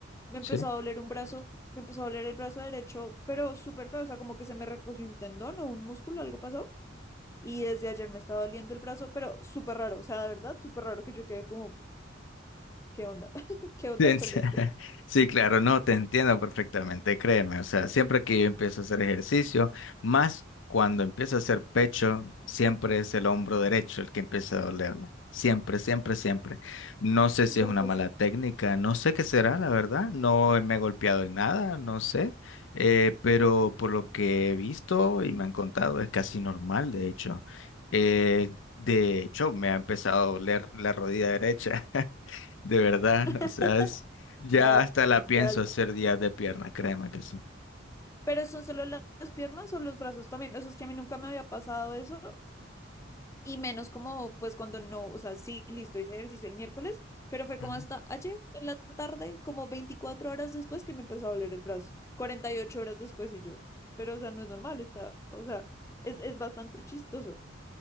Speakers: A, on the left; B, on the left.
A: me empezó
B: sí.
A: a doler un brazo me empezó a doler el brazo derecho, pero súper feo, o sea, como que se me recogió un tendón o un músculo, algo pasó y desde ayer me está doliendo el brazo, pero súper raro, o sea, de verdad, súper raro que yo quede como, ¿qué onda? <laughs> ¿Qué onda
B: Te enti-
A: con esto?
B: <laughs> Sí, claro, no, te entiendo perfectamente, créeme. O sea, siempre que yo empiezo a hacer ejercicio, más cuando empiezo a hacer pecho, siempre es el hombro derecho el que empieza a dolerme. Siempre, siempre, siempre. No sé si
A: Porque
B: es una mala
A: sí.
B: técnica, no sé qué será, la verdad. No me he golpeado en nada, no sé. Eh, pero por lo que he visto y me han contado, es casi normal, de hecho. Eh, de hecho, me ha empezado a doler la rodilla derecha. <laughs> De verdad,
A: <laughs>
B: o sea, es, ya
A: Ya,
B: hasta la
A: ya
B: pienso
A: es-
B: hacer días de pierna, créeme que sí.
A: Pero son solo la- las piernas o los brazos también. O sea, es que a mí nunca me había pasado eso. Y menos como, pues cuando no, o sea, sí, listo, hice ejercicio el miércoles, pero fue como
B: Ujú.
A: hasta ayer en la tarde, como 24 horas después que me empezó a doler el brazo. cuarenta y ocho horas después y yo. Pero, o sea, no es normal, está, o sea, es, es bastante chistoso.